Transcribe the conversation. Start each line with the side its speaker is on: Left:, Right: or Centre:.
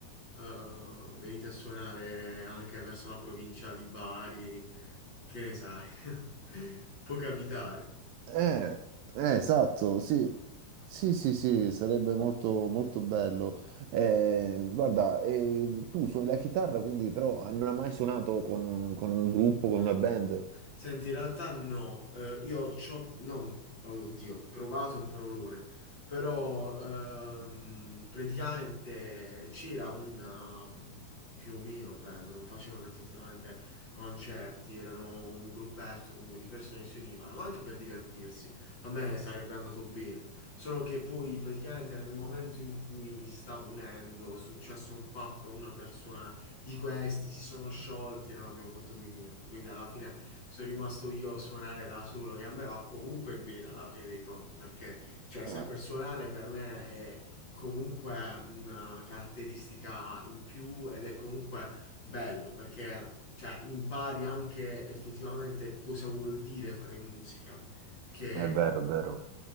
Left: eh, venite a suonare anche verso la provincia di Bari, che ne sai? <laughs> Può capitare.
Right: Eh, eh, esatto, sì, sì, sì, sì, sarebbe molto, molto bello. Eh, guarda, eh, tu suoni la chitarra, quindi però ah, non hai mai suonato con, con un gruppo, con una band?
Left: Senti, in realtà no, Eh, io c'ho, non, oddio, ho provato un parolone, però ehm, praticamente c'era una più o meno band, non facevano effettivamente concerti, erano un gruppetto comunque di persone che si univano, ma anche per divertirsi. A me sarebbe andato bene, solo che poi praticamente nel momento in cui mi stavo unendo è successo un fatto a una persona di questi si sono sciolti e non abbiamo fatto più niente. Quindi alla fine sono rimasto io a suonare da solo, che a me va comunque bene alla fine dei conti, perché cioè, saper
Right: Eh,
Left: suonare per me è comunque una caratteristica in più ed è comunque bello, perché cioè, impari anche effettivamente cosa vuol dire fare musica. Che,
Right: è vero, è vero.